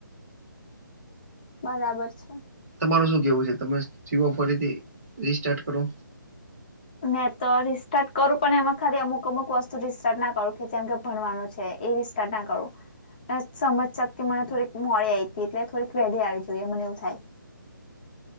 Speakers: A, on the left; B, on the right.
A: બરાબર છે
B: તમારું શું કેવું છે તમે જીવ ફરીથી રીસ્ટાર્ટ કરો
A: મેં તો રિસ્ટાર્ટ કરું પણ એમાં ખાલી અમુક અમુક વસ્તુ રિસ્ટાર્ટ ના કરું કે જેમ કે ભણવાનું છે એ તાર ના કરો સમજ શકતી મને થોડીક મોડી આવીઈ હતી એટલે થોડીક વેલી આવી જોઈએ મને એવું થાય